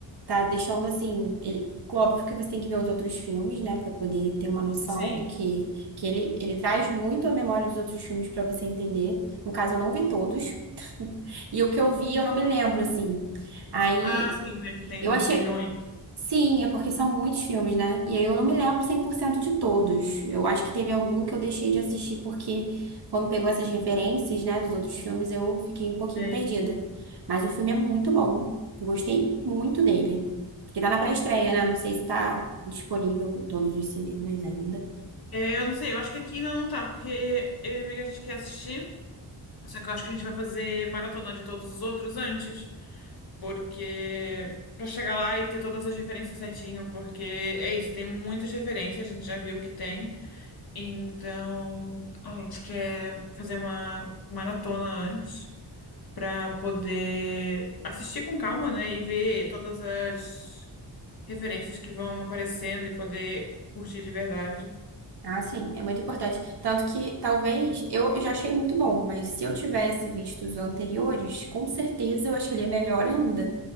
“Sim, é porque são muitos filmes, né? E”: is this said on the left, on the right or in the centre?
Right